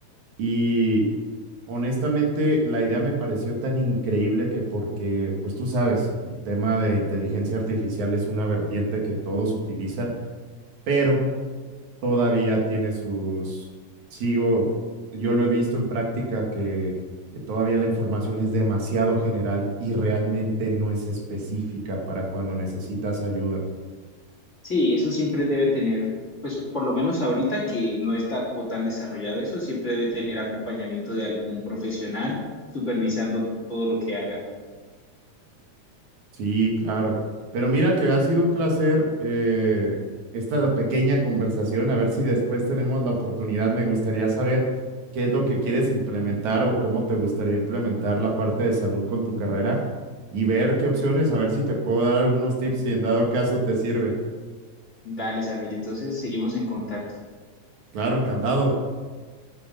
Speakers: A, on the right (about 75°); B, on the left (about 25°).
A: Y honestamente, la idea me pareció tan increíble que porque, pues tú sabes, el tema de inteligencia artificial es una vertiente que todos utilizan, pero todavía tiene sus, sigo, yo lo he visto en práctica que, que todavía la información es demasiado general y realmente no es específica para cuando necesitas ayuda.
B: Sí, eso siempre debe tener, pues por lo menos ahorita que no está como tan desarrollado eso, siempre debe tener acompañamiento de algún profesional supervisando todo lo que haga.
A: Sí, claro. Pero mira que ha sido un placer eh, esta pequeña conversación. A ver si después tenemos la oportunidad. Me gustaría saber qué es lo que quieres implementar o cómo te gustaría implementar la parte de salud con tu carrera y ver qué opciones, a ver si te puedo dar algunos tips si en dado caso te sirven.
B: Dale, Sabine, entonces seguimos en contacto.
A: Claro, encantado.